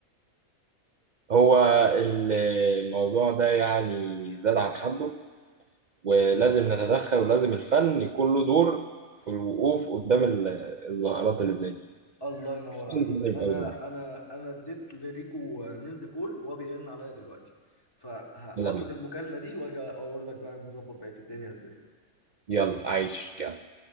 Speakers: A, on the right (about 65°); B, on the left (about 15°).
A: هو الموضوع ده يعني زاد عن حده ولازم نتدخل ولازم الفن يكون له دور في الوقوف قدام ال- الظاهرات اللي زي دي
B: الله ينور
A: الفن
B: عليك
A: لازم يبقى
B: انا
A: له دور
B: انا انا اديت لريكو ميسد كول وهو بيرن عليا دلوقتي فهاخد
A: يلا بينا
B: المكالمة دي واجي اقول لك بقى نظبط بقية الدنيا ازاي
A: يلا عايش يلا